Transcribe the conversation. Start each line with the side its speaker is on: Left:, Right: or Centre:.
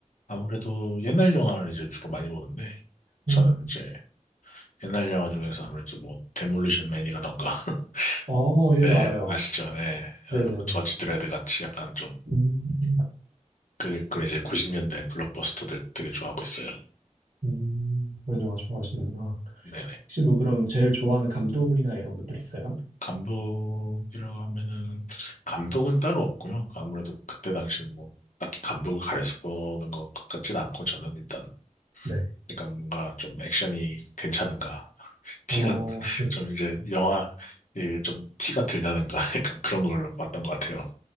Left: 아무래도 옛날 영화를 이제 주로 많이 보는데 저는
Right: 음,
Left: 이제 옛날 영화 중에서 아무래도 뭐 데몰리션 맨이라던가 <laughs>
Right: 어, 예,
Left: 네,
Right: 알아요.
Left: 아시죠? 네.
Right: 네네네.
Left: 아니 뭐 저지 드레드 같이 약간 좀
Right: 음,
Left: 그, 그런 이제 90년대 블록버스터들 되게 좋아하고 있어요.
Right: 음, 그런 영화 좋아하시는구나.
Left: 네네.
Right: 혹시 뭐 그럼 제일 좋아하는 감독이나 이런 분들 있어요?
Left: 감독이라고 하면은 감독은 따로 없고요. 아무래도 그때 당시는 뭐 딱히 감독을 가려서 보는 것 같진 않고 저는 일단
Right: 네.
Left: 그러니까 뭔가 좀 액션이 괜찮은가 티가
Right: 어, 그렇죠.
Left: 좀 이제 영화 이좀 티가 들나는가 <laughs> 약간 그런 걸로 봤던 것 같아요.